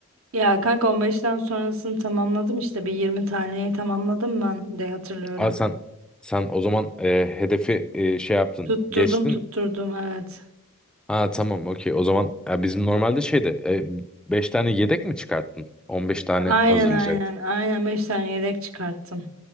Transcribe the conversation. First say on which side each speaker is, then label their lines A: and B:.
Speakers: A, on the right (about 75°); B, in the centre.
A: Ya kanka 15'ten sonrasını tamamladım işte bir 20 taneyi tamamladım ben de hatırlıyorum.
B: Aa, sen sen o zaman e, hedefi e, şey yaptın,
A: Tutturdum
B: geçtin.
A: tutturdum evet.
B: Ha tamam okey. O zaman ya bizim normalde şeyde e, 5 tane yedek mi çıkarttın? 15 tane
A: Aynen
B: hazırlayacaktın.
A: aynen aynen 5 tane yedek çıkarttım.